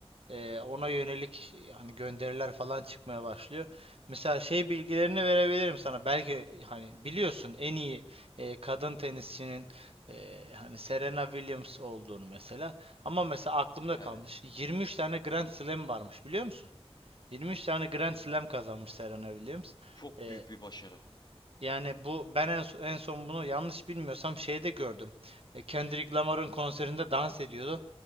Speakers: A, on the right; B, on the left.
A: e, ona yönelik e, hani gönderiler falan çıkmaya başlıyor. Mesela şey bilgilerini verebilirim sana. Belki hani biliyorsun en iyi e, kadın tenisçinin e, hani Serena Williams olduğunu mesela. Ama mesela aklımda
B: Evet.
A: kalmış. 23 tane Grand Slam varmış biliyor musun? 23 tane Grand Slam kazanmış Serena Williams.
B: Çok
A: E,
B: büyük bir başarı.
A: yani bu ben en, so- en son bunu yanlış bilmiyorsam şeyde gördüm. E, Kendrick Lamar'ın konserinde dans ediyordu.